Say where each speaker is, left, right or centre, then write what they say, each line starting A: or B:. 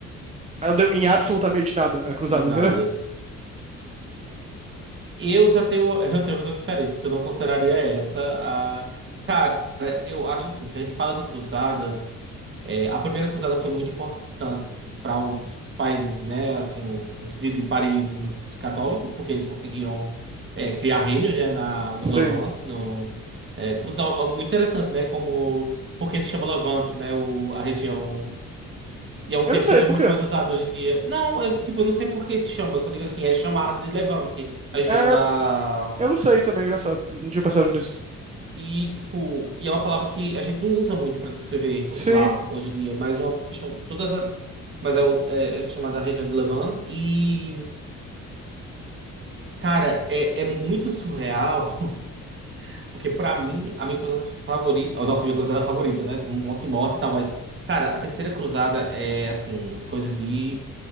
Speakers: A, on the right; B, on the right.
A: Não deu em absolutamente nada a cruzada,
B: em nada.
A: entendeu?
B: Eu já tenho, <laughs> eu tenho uma visão diferente, porque eu não consideraria essa a. Cara, eu acho assim, se a gente fala de cruzada. É, a primeira cruzada foi muito importante para os países, né, assim, no sentido de países católicos, porque eles conseguiram é, criar reinos, né, na, no
A: Sim.
B: Levante. No, é, por sinal, é muito interessante, né, como porque se chama Levante, né, o, a região. E é um
A: Eu
B: termo
A: não sei
B: que não
A: por
B: é muito
A: quê.
B: mais usado hoje em dia. Não, eu, tipo, eu não sei por que se chama, eu só digo assim, é chamado de Levante, a região
A: É,
B: da.
A: eu não sei também, engraçado. Não tinha pensado nisso.
B: E, tipo, e é uma palavra que a gente não usa muito para descrever
A: Sim.
B: lá hoje em dia, mas é mais uma questão. Todas a- mas é, o- é- é chamada região de Levant. E, cara, é, é muito surreal, <laughs> porque para mim, a minha cruzada favorita. A nossa, minha cruzada favorita, né? Tem Um monte de morte e tal, mas, cara, a terceira cruzada é, assim, coisa de